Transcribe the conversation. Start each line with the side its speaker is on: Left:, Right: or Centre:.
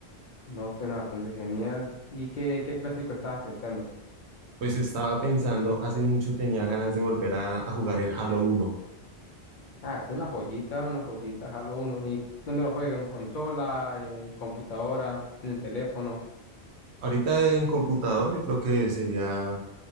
Left: No, suena bastante genial. ¿Y qué, qué clásico estabas pensando?
Right: Pues estaba pensando, hace mucho tenía ganas de volver a, a jugar el Halo uno.
Left: Ah, es una joyita, una joyita, Halo uno ¿Y dónde lo juegas? ¿En consola? ¿En computadora? ¿En el teléfono?
Right: Ahorita en computador yo creo que sería